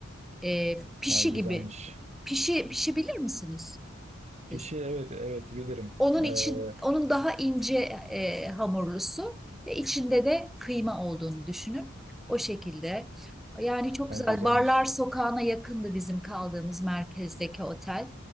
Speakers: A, in the centre; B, on the right.
A: E, pişi
B: Ha, güzelmiş.
A: gibi. Pişi pişi bilir misiniz
B: Fişi
A: siz?
B: evet evet bilirim.
A: Onun için
B: Ee,
A: onun daha ince e, hamurlusu ve içinde de kıyma olduğunu düşünün. O şekilde. Yani çok
B: ha,
A: güzel.
B: güzelmiş.
A: Barlar Sokağı'na yakındı bizim kaldığımız merkezdeki otel.